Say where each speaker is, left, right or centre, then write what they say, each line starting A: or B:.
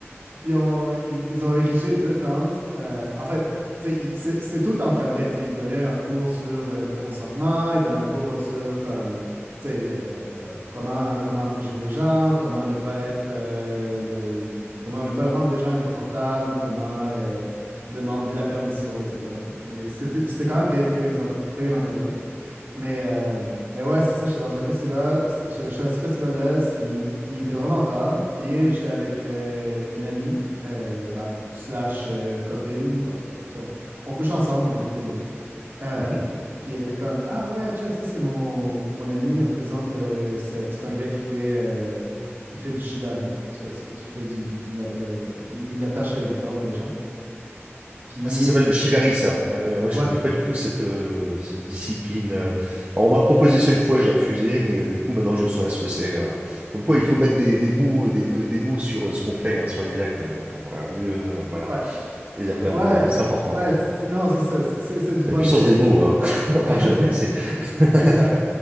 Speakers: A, on the right (about 55°); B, on the right (about 35°).
A: Ils ont, ils, ils ont érigé deux tentes. Euh, en fait, tu sais, ils- c'est- c'était tout encadré. tu sais. Ils donnaient un cours sur euh, le consentement, ils donnaient un cours sur comme, tu sais, euh, euh, comment, comment approcher les gens, comment ne pas être, euh, le- comment ne pas rendre les gens inconfortables, comment euh, demander la permission, etc. Tu sais, C'était c'était quand même bien- très bien, en- très bien encadré. Mais, euh, mais ouais, c'est ça, j'étais dans un festival, c'était- je je suis à ce festival-là, puis puis il était vraiment tard, puis j'étais avec euh, une amie, euh, ben, slash euh, copine, en tout cas, tu sais, on, on couchait ensemble, mais on était des amis. Euh,
B: Mhm.
A: puis elle était comme, ah ouais, check, ça c'est mon, mon ami, elle me présente, euh, c'est c'est un gars qui fait, euh, il fait du shibari, en tout cas, c'est- il fait du, du- la- le- il, il attache avec des cordes les gens. Puis,
B: Ah, Ça s'appelle le shibari, ça. Euh, ouais,
A: ouais,
B: je connais pas du tout cette, euh, cette discipline. euh. Alors, on m'a proposé ça une fois, j'ai refusé, mais euh, du coup, maintenant, je saurais ce que c'est. euh. Comme quoi, il faut mettre des, des mots, euh, des, no- des mots sur euh, ce qu'on fait, hein, sur les actes, euh, pour euh, mieux, euh, voilà,
A: ouais,
B: les appréhender.
A: Ouais,
B: hein. C'est important.
A: ouais, c'est- non, c'est ça. C'est c'est- c'est du bondage.
B: La puissance des mots,
A: euh,
B: hein. <laughs> On n'en
A: <laughs>
B: parle jamais assez. <laughs>
A: Exact.